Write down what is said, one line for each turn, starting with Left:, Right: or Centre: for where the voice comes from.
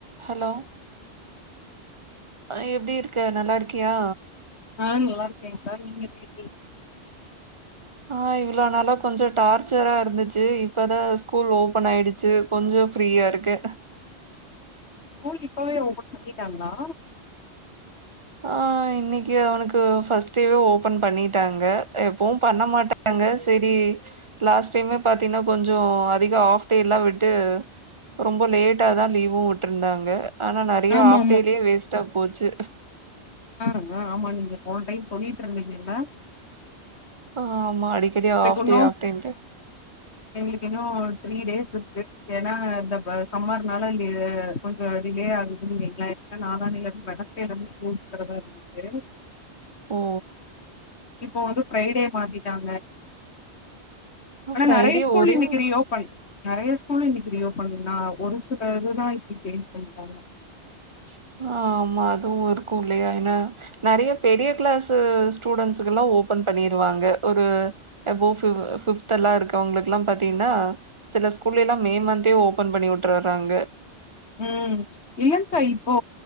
Right: Hello அ எப்டி இருக்க நல்லா இருக்கியா
Left: ஆ நல்லா இருக்கேன்க்கா நீங்க எப்டி இருக்கீங்
Right: ஆ இவ்வளோ நாளா கொஞ்ச டார்ச்சரா இருந்துச்சு இப்பதா ஸ்கூல் ஓபன் ஆயிடுச்சு கொஞ்ச ஃப்ரீயா இருக்கே
Left: ஸ்கூல் இப்பவே ஓபன் பண்ணிட்டாங்களா
Right: ஆ இன்னைக்கு அவனுக்கு ஃபர்ஸ்ட் டேவே ஓபன் பண்ணிட்டாங்க எப்பவு பண்ண மாட்டாங் க சேரி லாஸ்ட் டைமே பாத்தீங்கனா கொஞ்ச அதிக ஹாஃப் டேல்லா விட்டு ரொம்ப லேட்டா தா லீவு விட்டுருந்தாங்க ஆனா நெறைய
Left: ஆமா
Right: ஆஃப் டேலயே வேஸ்ட்டா போச்சு
Left: ஆமா ஆமா நீங்க போன டைம் சொல்லிட்ருந்தீங்கல்ல
Right: ஆ ஆமா அடிக்கடி ஆஃப்
Left: இன்னு
Right: டே ஆஃப் டேன்ட்டு
Left: எங்களுக்கு இன்னும் த்ரீ டேஸ் இருக்கு ஏன்னா இந்த சம்மர்னால இ கொஞ்சம் டிலே ஆகுதுன்னுறிங்கலா நாலா நாளிலிருந்து வெட்னஸ்டே இருந்து ஸ்கூல் கிளம்பரதா இருந்துச்சி
Right: ஓ
Left: இப்போ வந்து ஃப்ரைடே மாத்திட்டாங்க ஆனா
Right: ஃப்ரைடே
Left: நெறைய ஸ்கூல்
Right: ஒரே
Left: இன்னைக்கு
Right: ஒரு
Left: ரீ ஓபன் நெறைய ஸ்கூல் ஃபுல் இன்னைக்கு ரீ ஓபன் நான் ஒரு சில இதுதான் இப்படி சேஞ்ச் பண்ணிட்டு வருவேன்
Right: <inaudible> ஆமா அதுவு இருக்கு இல்லையா ஏன நெறைய பெரிய கிளாஸு ஸ்டூடன்ஸ்க்கலாம் ஓபன் பண்ணிருவாங்க ஒரு ஆபோ ஃப்பிப்த்லாம் இருக்கவங்களுக்கு எல்லா பாத்தீங்கன்னா சிலர் ஸ்கூல்ல எல்லாம் மே மந்தே ஓபன் பண்ணி விட்டுர்றாங்க
Left: உம் இல்லங்க்கா இப்போ